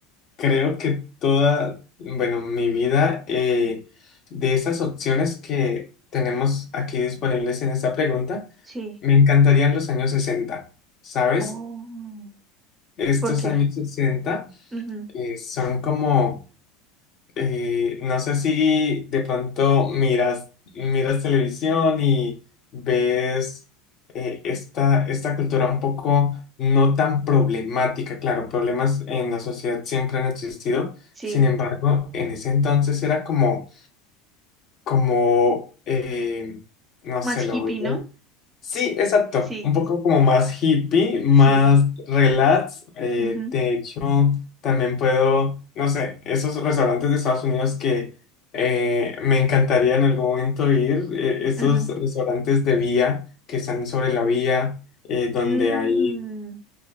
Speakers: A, on the left; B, on the right.
A: Creo que toda, bueno, mi vida, eh, de esas opciones que tenemos aquí disponibles en esta pregunta,
B: sí.
A: me encantarían los años sesenta ¿sabes?
B: Oh,
A: Estos
B: ¿por qué?
A: años 60
B: Ujú,
A: eh, son como eh, no sé si de pronto miras, miras televisión y ves eh, esta, esta cultura un poco no tan problemática. Claro, problemas en la sociedad siempre han existido.
B: Sí,
A: Sin embargo, en ese entonces era como, como eh, no
B: más
A: sé, lo
B: hippie,
A: veo
B: ¿no?
A: Sí, exacto.
B: Sí,
A: Un poco como más hippie, más
B: sí.
A: relax. Eh,
B: ujú,
A: de hecho, también puedo, no sé, esos restaurantes de Estados Unidos que eh, me encantaría en algún momento ir, eh, esos
B: ajá.
A: restaurantes de vía que están sobre la vía, eh, donde
B: Mm,
A: hay,